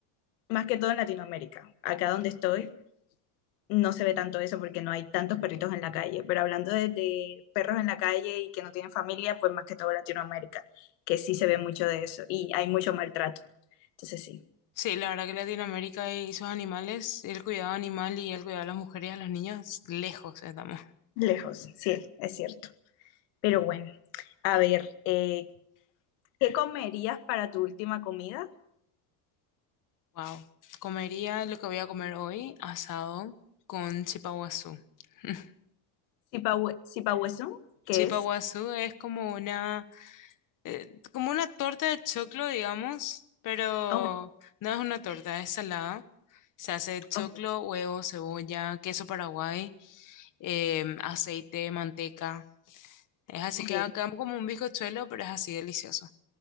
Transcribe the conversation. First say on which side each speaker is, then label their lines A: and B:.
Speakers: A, on the left (about 80°); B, on the left (about 40°).
A: más que todo en Latinoamérica. Acá donde estoy, no se ve tanto eso porque no hay tantos perritos en la calle, pero hablando de, de perros en la calle y que no tienen familia, pues más que todo Latinoamérica, que sí se ve mucho de eso y hay mucho maltrato. Entonces sí,
B: Sí, la verdad que Latinoamérica y sus animales, el cuidado animal y el cuidado a las mujeres y a los niños, lejos estamos.
A: lejos, sí, es cierto. Pero bueno, a ver, eh, ¿qué comerías para tu última comida?
B: Wow. Comería lo que voy a comer hoy, asado con chipaguazú. <laughs>
A: Sipawe- Sipahuesun, ¿qué
B: Chipaguazú
A: es?
B: es como una, eh, como una torta de choclo, digamos, pero
A: Oh,
B: no es una torta, es salada. Se hace de choclo,
A: ok,
B: huevo, cebolla, queso paraguay, em, aceite, manteca. Es así
A: ok,
B: que acá como un bizcochuelo, pero es así delicioso.